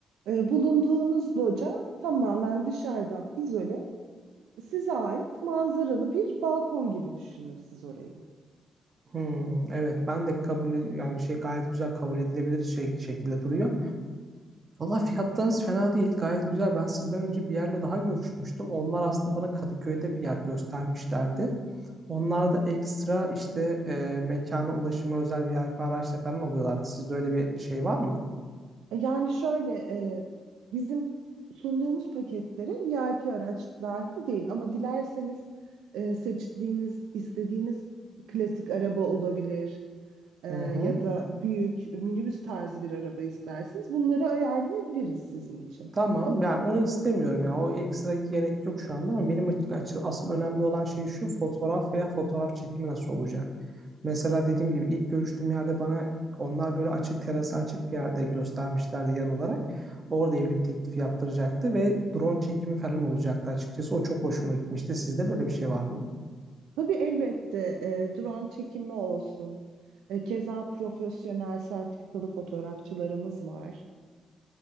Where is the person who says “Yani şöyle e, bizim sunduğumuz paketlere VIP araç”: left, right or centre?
Right